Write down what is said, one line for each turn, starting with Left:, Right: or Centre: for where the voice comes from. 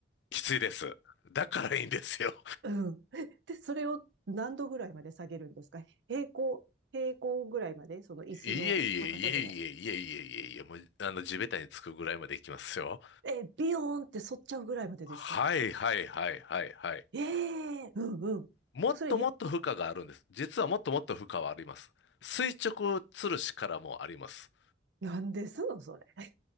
Left: きついです。だからいいんですよ。
Right: うん。えで、それを何度ぐらいまで下げるんですか平行、平行ぐらいまでその椅子の高さぐらい
Left: いえいえいえいえいえいえいえいえ、もう、あの、地べたにつくぐらいまでいきますよ。
Right: え、ビヨーンって反っちゃうぐらいまでですか
Left: はいはいはいはいはい。
Right: ええうんうん。
Left: もっともっと負荷があるんです。
Right: それゆっ、
Left: 実はもっともっと負荷はあります。垂直吊るしからもあります。
Right: なんですのそれ。